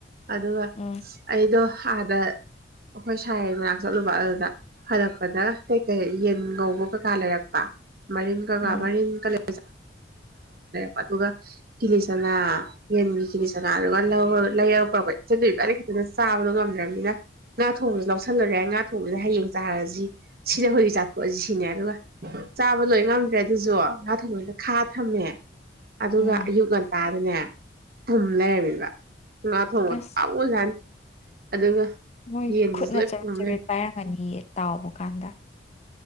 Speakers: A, on the right; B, on the left.
A: ꯑꯗꯨꯒ
B: ꯎꯝ
A: ꯑꯩꯗꯣ ꯑꯥꯗ ꯑꯩꯈꯣꯏ ꯁꯥꯏꯒꯤ ꯃꯅꯛꯇ ꯆꯠꯂꯨꯕ ꯑꯗꯨꯗ ꯍꯜꯂꯛꯄꯗ ꯀꯩ ꯀꯩ ꯌꯦꯟ ꯉꯧꯕꯀꯥ ꯂꯩꯔꯛꯄ ꯃꯔꯤꯟ ꯀꯒ
B: ꯎꯝ
A: ꯃꯔꯤꯟ ꯀꯂꯩ <inaudible> ꯑꯗꯨꯒ ꯀꯤꯂꯤ ꯆꯅꯥ ꯌꯦꯟꯒꯤ ꯀꯤꯂꯤ ꯆꯅꯥ ꯑꯗꯨꯒ ꯂꯩꯔꯒ ꯄꯨꯔꯛꯄ ꯏꯆꯟ ꯏꯕꯥꯅꯤ ꯈꯛꯇꯗ ꯆꯥꯕꯗꯣ ꯉꯝꯗ꯭ꯔꯕꯅꯤꯅ ꯉꯥ ꯊꯣꯡꯕꯁꯨ ꯂꯧꯁꯜꯂꯨꯔꯦ ꯉꯥ ꯊꯣꯡꯕꯁꯤꯗ ꯍꯌꯦꯡ ꯆꯥꯔꯁꯤ ꯁꯤꯗ ꯍꯧꯖꯤꯛ ꯆꯥꯊꯣꯛꯑꯁꯤ ꯁꯤꯅꯦ ꯑꯗꯨꯒ ꯆꯥꯕ ꯂꯣꯏ ꯉꯝꯗ꯭ꯔꯦ ꯑꯗꯨꯁꯨ ꯉꯥ ꯊꯣꯡꯕꯗꯨ ꯈꯥ ꯊꯝꯃꯦ ꯑꯗꯨꯒ
B: ꯎꯝ
A: ꯑꯌꯨꯛ ꯉꯟꯇꯥꯗꯅꯦ ꯄꯨꯝ ꯂꯩꯔꯝꯃꯤꯕ ꯉꯥ ꯊꯧꯕꯗꯨ
B: ꯑꯁ
A: ꯄꯥꯃꯨꯖꯠꯅꯤ ꯑꯗꯨꯒ
B: ꯃꯣꯏ
A: ꯌꯦꯟꯗꯨꯁꯨ
B: ꯈꯨꯠꯅ
A: ꯂꯣꯏ
B: ꯆꯕꯦꯠ
A: ꯄꯨꯝ
B: ꯆꯕꯦꯠ
A: ꯂꯩꯔꯝꯃꯦ
B: ꯄꯥꯏꯔꯝꯒꯅꯤ ꯇꯥꯎꯕ ꯀꯥꯟꯗ